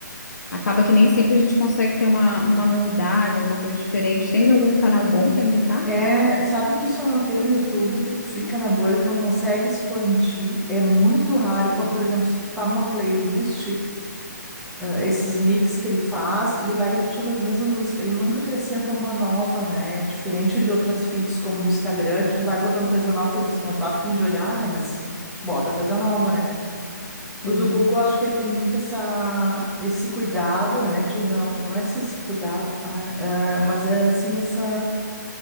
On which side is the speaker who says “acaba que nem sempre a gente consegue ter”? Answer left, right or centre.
Left